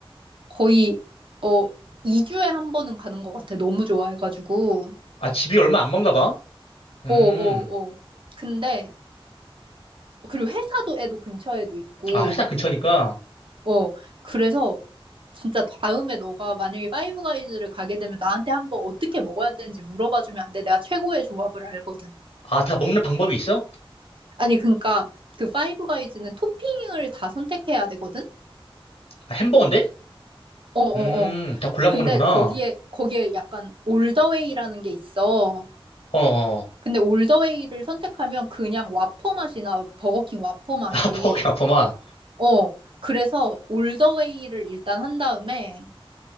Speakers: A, on the right (about 60°); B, on the left (about 85°).
A: 거의, 어, 2주에 한 번은 가는 것 같아. 너무 좋아해가지고.
B: 아, 집이 얼마 안 먼가 봐? 음.
A: 어, 어, 어. 근데, 그리고 회사도 애도 근처에도 있고.
B: 아, 회사 근처니까.
A: 어, 그래서 진짜 다음에 너가 만약에 파이브 가이즈를 가게 되면 나한테 한번 어떻게 먹어야 되는지 물어봐주면 안 돼. 내가 최고의 조합을 알거든.
B: 아, 다 먹는 방법이 있어?
A: 아니, 그러니까 그 파이브 가이즈는 토핑을 다 선택해야 되거든?
B: 아, 햄버거인데?
A: 어, 어,
B: 음,
A: 어.
B: 다 골라
A: 근데
B: 먹는구나.
A: 거기에, 거기에 약간 올더웨이라는 게 있어.
B: 어어.
A: 근데 올더웨이를 선택하면 그냥 와퍼 맛이나 버거킹 와퍼 맛이.
B: 아, <laughs> 버거킹 아퍼마.
A: 어, 그래서 올더웨이를 일단 한 다음에